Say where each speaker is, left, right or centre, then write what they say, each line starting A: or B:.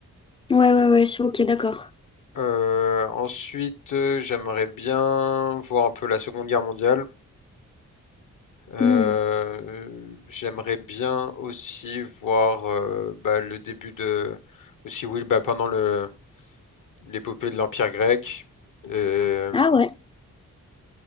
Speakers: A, on the left; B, on the left.
A: Ouais, ouais, ouais. Ok, d'accord.
B: Euh, ensuite, euh, j'aimerais bien voir un peu la Seconde Guerre mondiale. Euh,
A: Hmm.
B: j'aimerais bien aussi voir euh, bah, le début de aussi oui bah, pendant le l'épopée de l'Empire grec et
A: Ah ouais.